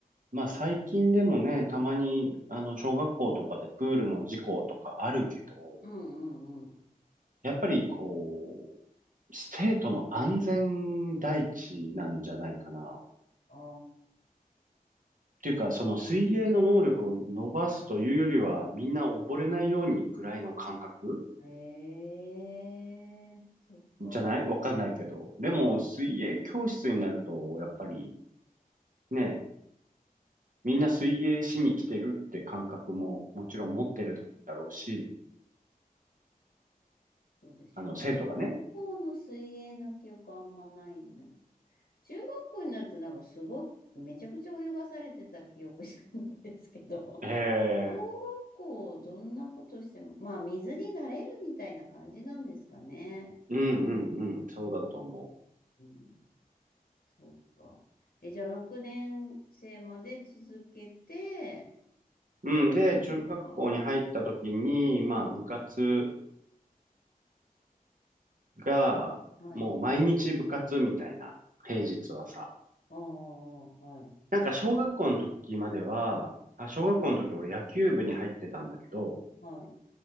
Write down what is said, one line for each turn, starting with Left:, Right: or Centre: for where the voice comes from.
Right: まあ最近でもね、たまにあの小学校とかでプールの事故とかあるけど、
Left: うんうんうん。
Right: やっぱりこう、生徒の安全第一なんじゃないかな。っ
Left: あ
Right: ていうか、その水泳の能力を伸ばすというよりは、みんな溺れないようにぐらいの感覚
Left: あ、へえ、そっか。
Right: じゃないわかんないけど。でも水泳教室になると、やっぱりね、みんな水泳しに来てるって感覚ももちろん持ってるだろうし、
Left: うんそうです。
Right: あの生徒がね、
Left: 小学校の水泳の記憶あんまないな。中学校になるとなんかすごく、めちゃくちゃ泳がされてた記憶しかないですけど。
Right: へえ
Left: 小学校、どんなことしても、まあ、水に慣れるみたいな感じなんですかね。
Right: うんうんうん、そうだと思
Left: うん、うんそうか。え、じゃあ、6年生まで続けて、
Right: う。
Left: それ
Right: うん、で、中学校に入った時に、
Left: は
Right: まあ部活
Left: はい。
Right: が、
Left: はい。
Right: もう毎日部活みたいな、平日はさ。
Left: ああ、はい。
Right: なんか小学校の時までは、あ、小学校の時俺野球部に入ってたんだけど、
Left: はい。